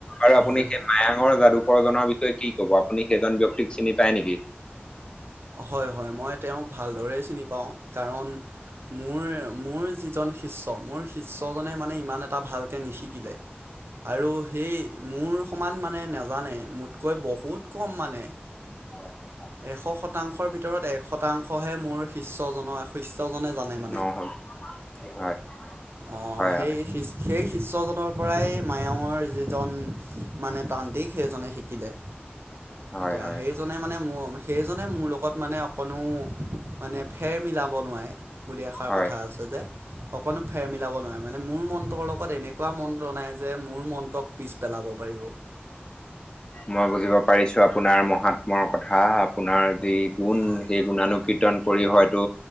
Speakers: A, on the left; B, on the right.
A: আৰু আপুনি
B: হয়
A: সেই
B: হয়
A: মায়া ঙৰ যাদুকৰ জনৰবিষয়ে কি ক'ব আপুনি সেইজন ব্যয়ক্তিক চিনি পায় নেকি?
B: হয়, হয়, মই তেওঁক ভালদৰেই চিনি পাওঁ কাৰণ মোৰ মোৰ যিজন শিষ্য মোৰ শিষ্যজনে মানে ইমান এটা ভালকৈ নিশিকিলে।
A: <inaudible>
B: আৰু সেই মোৰ সমান মানে নাজানে মোতকৈ বহুত কম মানে।
A: <unintelligible>
B: এশ শতাংশৰ ভিতৰত এক শতাংশহে মোৰ শিষ্যজনৰ শিষ্যজনে জানে মানে
A: নহ'ল হয়
B: আহ
A: হয়
B: সেই
A: হয়
B: সেই শিষ্যজনৰ পৰাই মায়ঙৰ যিজন মানে তান্ত্ৰিক সেইজনে শিকিলে।
A: হয়
B: এতিয়া
A: হয়
B: সেইজনে
A: হয়
B: মানে ম সেইজনে মোৰ লগত মানে অকণো মানে ফেৰ মিলাব নোৱাৰে। বুলি এষাৰ
A: হয়
B: কথা আছে যে অকনো ফেৰ মিলাব নোৱাৰে মানে মোৰ মন্ত্ৰৰ লগত এনেকুৱা মন্ত্ৰ নাই যে, মোৰ মন্ত্ৰক পিছ পেলাব পাৰিব।
A: মই বুজিব পাৰিছো আপোনাৰ মহাত্মৰ কথা। আপোনাৰ যি গুণ
B: হয়,
A: সেই গুণানুকীৰ্তন কৰি হয়তো,